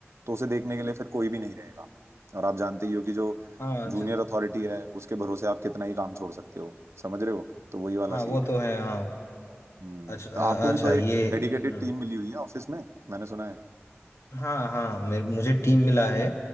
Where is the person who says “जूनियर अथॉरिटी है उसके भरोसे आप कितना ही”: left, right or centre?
Right